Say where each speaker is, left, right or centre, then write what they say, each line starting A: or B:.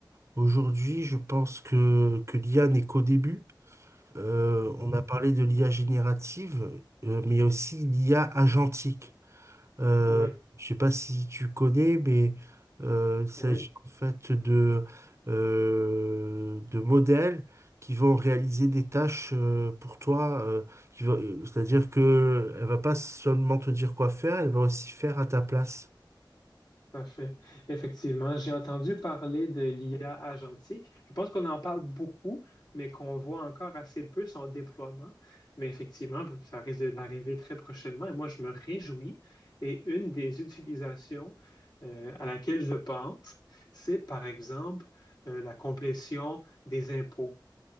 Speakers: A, on the right (about 35°); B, on the left (about 60°).
A: aujourd'hui, je pense que que l'IA n'est qu'au début. Euh,
B: Mhm.
A: on a parlé de l'IA générative, euh, mais il y a aussi l'IA agentique. Euh,
B: Oui,
A: je sais pas si tu connais, mais euh, il s'agit
B: oui,
A: en fait de, euh, de modèles qui vont réaliser des tâches euh, pour toi. euh, qui vont- euh, c'est-à-dire que elle va pas seulement te dire quoi faire, elle va aussi faire à ta place.
B: tout à fait. Effectivement, j'ai entendu parler de l'IA agentique. Je pense qu'on en parle beaucoup, mais qu'on voit encore assez peu son déploiement. Mais effectivement, ça risque d'arriver très prochainement. Et moi, je me réjouis. Et une des utilisations euh, à laquelle je pense, c'est par exemple euh, la complétion des impôts